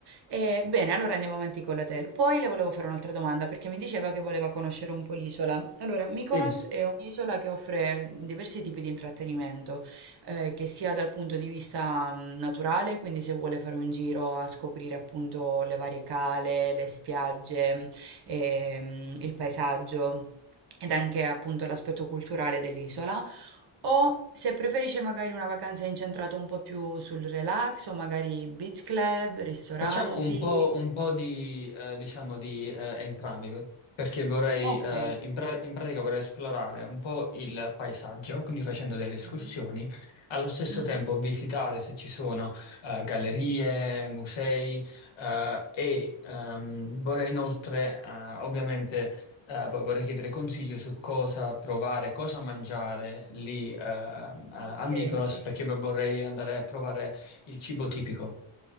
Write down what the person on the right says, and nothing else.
E, bene, allora andiamo avanti con l'hotel. Poi le volevo fare un'altra domanda perché mi diceva che voleva conoscere un po' l'isola. Allora, Mykonos
è un'isola che offre diversi tipi di intrattenimento, eh, che sia dal punto di vista mh, naturale, quindi se vuole fare un giro a scoprire appunto le varie cale, le spiagge, ehm, il paesaggio ed anche appunto l'aspetto culturale dell'isola, o se preferisce magari una vacanza incentrata un po' più sul relax o magari beach club, ristoranti.
Ok.
Mhm.
Mhm.
Ok,
sì.